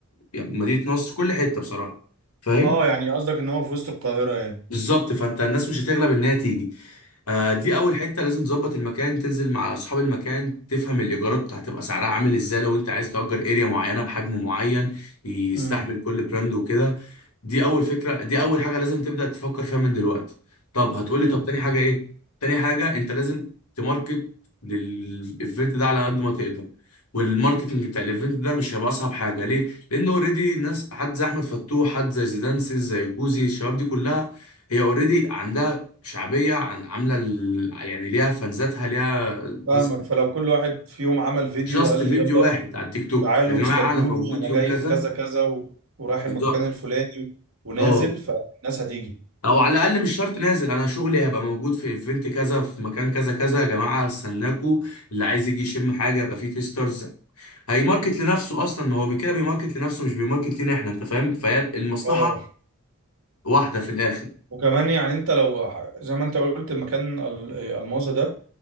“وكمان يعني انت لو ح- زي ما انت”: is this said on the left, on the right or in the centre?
Right